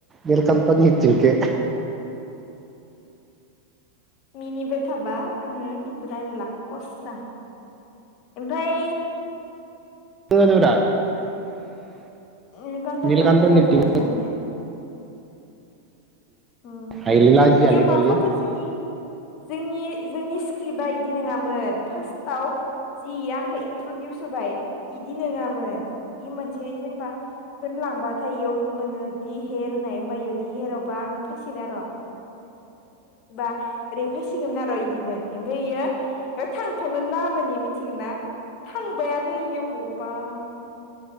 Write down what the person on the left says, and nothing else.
मिनिबाय थाबा आङो खिनथु आङो रायलायला हस्सा ओमफाय
ओ गानद'निया
मोजां जादों
जानाया। उम
मा
खालामदों जोंनि जोंनि जोंनि स्क्रिप्टआ इदि नङामोन फार्स्टआव जि इयो आंखौ इन्ट्रडिउस होबाय इदि नोङामोन इ मोनसे जेनेबा होनलांबाथाय इयाव मोनो दि हेर होननाय आमफाय इयावदि हेरावबा आङो फैसिगोन आर' <unintelligible> ओरै फैसिगोमोन आरो इदिमोन एमफाय इयो थांथनो नाङामोन इयो मिथिगौना थांबायानो इयो भगबान।